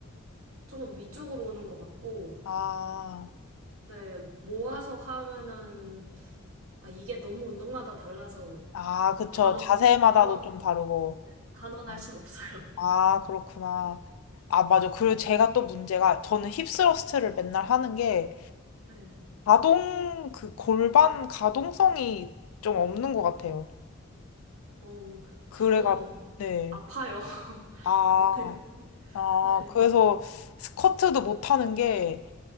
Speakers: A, on the right (about 75°); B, on the left (about 75°).
A: 조금 위쪽으로 오는 것 같고
B: 아,
A: 네 모아서 하면은 아 이게 너무 운동마다 달라서
B: 아, 그쵸.
A: 단어
B: 자세마다도
A: 단어
B: 좀 다르고.
A: 네, 단언할
B: 어,
A: 수가 없어요. <laughs>
B: 아, 그렇구나. 아, 맞아. 그리고 제가 또 문제가, 저는 힙 스러스트를 맨날 하는 게,
A: 네.
B: 가동, 그 골반 가동성이 좀 없는 것 같아요.
A: 어
B: 그래가,
A: 저는
B: 네.
A: 아파요. <laughs>
B: 아,
A: 못해요.
B: 아,
A: 네.
B: 그래서 스쿼트도 못 하는 게,